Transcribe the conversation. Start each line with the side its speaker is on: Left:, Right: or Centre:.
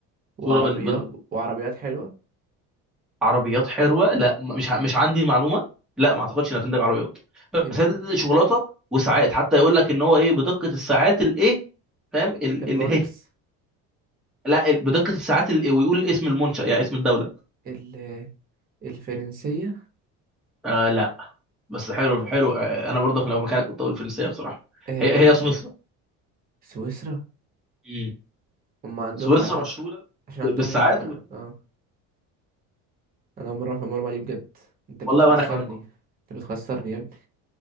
Right: وعربيات
Centre: مشهوره بن... ب...
Right: وعربيات حلوة
Centre: عربيات حلوه لا م- مش ع- مش عندي المعلومه لا ما اعتقدش انها بتنتج عربيات
Right: يبقى
Centre: بس هي بتنتج شوكولاته وساعات حتى يقول لك ان هو ايه بدقه الساعات الايه فاهم ال-
Right: الرولكس
Centre: اللي هي لا ال- بدقه الساعات ال- إيه، ويقول اسم المنشأ يعني اسم الدوله
Right: ال... الفرنسية
Centre: آه لا بس حلو حلو انا برضه لو مكانك كنت اقول فرنسيه بصراحه
Right: آه...
Centre: هي هي سويسرا
Right: سويسرا
Centre: امم
Right: هم عندهم
Centre: سويسرا
Right: عشان
Centre: مشهوره
Right: عندهم
Centre: ب- بالساعات
Right: و...
Centre: وال...
Right: اه انا اول مره في المعلومه دي بجد انت بتخسرني
Centre: والله وانا كمان برضه
Right: انت بتخسرني يا ابني